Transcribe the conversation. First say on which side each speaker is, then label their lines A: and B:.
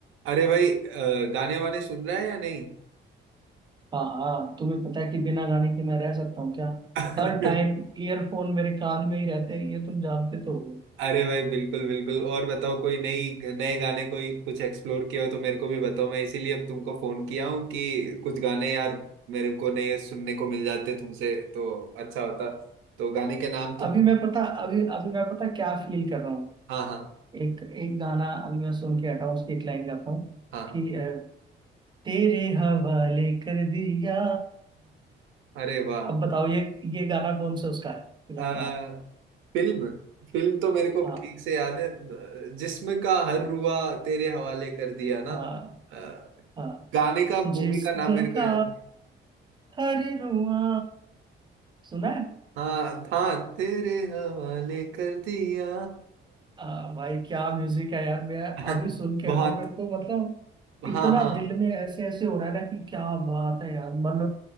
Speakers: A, on the right (about 80°); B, on the right (about 25°).
A: अरे भाई अ, गाने वाने सुन रहा है या नहीं
B: हाँ हाँ तुम्हें पता है कि बिना गाने के मैं रह सकता हूँ क्या
A: <laughs>
B: हर टाइम ईयरफोन मेरे कान में ही रहते हैं ये तुम जानते तो हो
A: अरे भाई बिल्कुल बिल्कुल और बताओ कोई नई नए गाने कोई कुछ एक्सप्लोर किया हो तो मेरे को भी बताओ मैं इसीलिए अब तुमको फोन किया हूँ कि कुछ गाने यार मेरे को नए सुनने को मिल जाते तुमसे तो अच्छा होता तो गाने के नाम तुम
B: अभी
A: बता
B: मैं पता
A: सकते
B: अभी
A: हो।
B: अभी मैं पता क्या फील कर रहा हूँ
A: हाँ हाँ
B: एक एक गाना अभी मैं सुन के हटा हूँ उसकी एक लाइन गाता हूँ
A: हाँ हाँ।
B: कि अ, तेरे हवाले कर दिया
A: अरे वाह
B: अब बताओ ये ये गाना कौन सा उसका है फिल्म
A: अ,
B: का
A: फिल्म फिल्म तो मेरे को
B: हाँ
A: ठीक से याद है अ, जिस्म का हर रुआ तेरे हवाले कर दिया ना
B: हाँ
A: अ,
B: हाँ
A: गाने का
B: जिस्म
A: मूवी का नाम मेरे को
B: का
A: याद
B: हर रुआ सुना है
A: हाँ था तेरे हवाले कर दिया
B: आ, भाई क्या म्यूजिक है यार मैं
A: <laughs>
B: अभी सुन के
A: बहुत
B: हटाओ मेरे को मतलब
A: हाँ
B: इतना
A: हाँ
B: दिल में ऐसे ऐसे हो रहा है ना कि क्या बात है यार मन